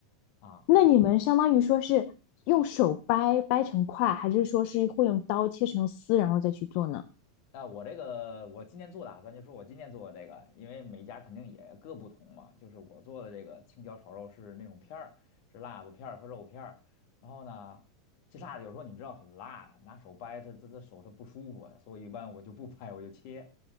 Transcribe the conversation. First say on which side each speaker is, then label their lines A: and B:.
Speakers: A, on the left (about 60°); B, on the left (about 85°).
A: 啊。
B: 那你们相当于说是用手掰掰成块，还是说是会用刀切成丝然后再去做呢？
A: 那我这个，我今天做的啊咱就说我今天做的这个，因为每家肯定也各不同嘛。就是我做的这个青椒炒肉是那种片儿，是辣子片儿和肉片儿。然后呢，这辣子有时候你知道很辣呀，拿手掰它，它它手它不舒服呀，所以一般我就不掰，我就切。